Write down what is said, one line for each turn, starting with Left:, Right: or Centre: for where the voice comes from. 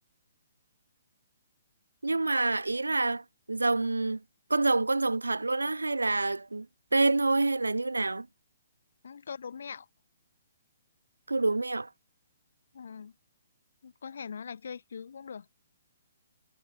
Right: Nhưng mà ý là rồng con rồng con rồng thật luôn á hay là tên thôi hay là như nào?
Left: ừ, câu đố mẹo
Right: Cứ đố mẹo.
Left: ừ. có thể nói là chơi chứ cũng được